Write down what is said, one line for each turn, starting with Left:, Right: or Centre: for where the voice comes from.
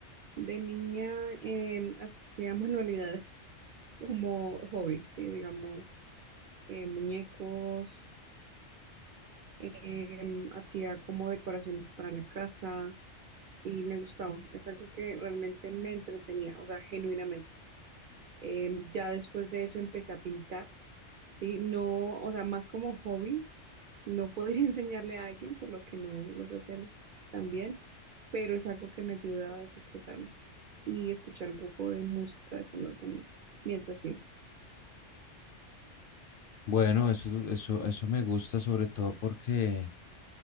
Right: De niña em, hacía manualidades como hobby, sí, digamos, eh, muñecos, em, hacía como decoraciones para la casa y me gustaba. Es algo que realmente me entretenía, o sea, genuinamente. Em, ya después de eso empecé a pintar. Sí, no, o sea, más como hobby, no podría <laughs> enseñarle a alguien, por lo que no lo sé hacer tan bien, pero es algo que me ayuda a desestresarme y escuchar un poco de música de fondo también, mientras pinto.
Left: Bueno, eso, eso, eso me gusta sobre todo porque